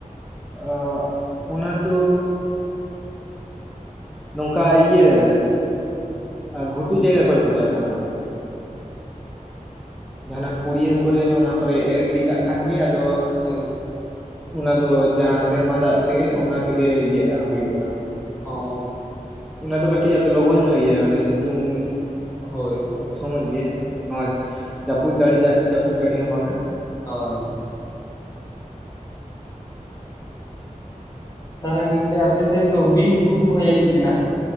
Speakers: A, in the centre; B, on the left.
A: ᱟᱸᱜ ᱚᱱᱟ ᱫᱚ ᱱᱚᱝᱠᱟ ᱤᱭᱟᱹ, ᱟᱹ ᱜᱷᱩᱴᱩ ᱡᱟᱭᱜᱟ ᱠᱚᱨᱮ ᱠᱚ ᱪᱟᱥᱟ ᱚᱱᱟ ᱫᱚ᱾ ᱡᱟᱦᱟᱸᱱᱟᱜ ᱯᱩᱲᱤᱭᱟᱹ ᱠᱚᱨᱮ ᱚᱱᱟ ᱠᱚᱨᱮ ᱮᱨ ᱜᱤᱰᱤ ᱠᱟᱜ ᱠᱷᱟᱱ ᱜᱮ ᱟᱫᱚ
B: ᱦᱳᱭ᱾
A: ᱚᱱᱟ ᱫᱚ ᱡᱟᱦᱟᱸ ᱥᱮᱨᱢᱟ ᱫᱟᱜ ᱛᱮᱜᱮ ᱚᱱᱟ ᱛᱮᱜᱮ ᱤᱭᱟᱹᱜ-ᱟ ᱦᱩᱭᱩᱜᱼᱟ᱾
B: ᱚᱻ᱾
A: ᱚᱱᱟ ᱫᱚ ᱠᱟᱹᱴᱤᱡ ᱟᱫᱚ ᱞᱚᱜᱚᱱ ᱧᱚᱜ ᱤᱭᱟᱹᱜᱼᱟ ᱢᱚᱱᱮ ᱥᱤᱛᱩᱝ
B: ᱦᱳᱭ ᱦᱳᱭ᱾
A: ᱥᱚᱢᱚᱡᱽ ᱜᱮᱭᱟ, ᱱᱚᱣᱟ ᱡᱟᱹᱯᱩᱫ ᱡᱟᱹᱲᱤ ᱡᱟᱹᱥᱛᱤ ᱡᱟᱹᱯᱩᱫ ᱡᱟᱹᱲᱤ ᱦᱚᱸ ᱵᱟᱝᱟ,
B: ᱦᱳᱭ᱾ ᱛᱟᱦᱚᱞᱮ ᱜᱚᱝᱠᱮ ᱟᱯᱮ ᱥᱮᱱ ᱫᱚ ᱵᱤᱨ ᱵᱩᱨᱩ ᱠᱚ ᱡᱟᱹᱱᱤᱡ ᱢᱮᱱᱟᱜ-ᱟ᱾